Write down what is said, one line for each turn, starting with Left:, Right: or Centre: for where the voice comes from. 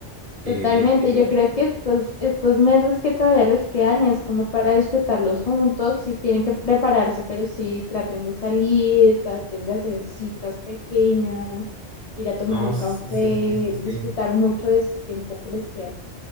Right: Eh,
Left: Totalmente,
Right: eh,
Left: yo creo que estos, estos meses que todavía les quedan es como para disfrutarlos juntos, sí tienen que prepararse, pero sí traten de salir, traten de hacer citas pequeñas, ir a tomar
Right: no,
Left: un
Right: sí,
Left: café,
Right: sí, sí, sí, sí.
Left: disfrutar
Right: Sí,
Left: mucho de este tiempo que les queda.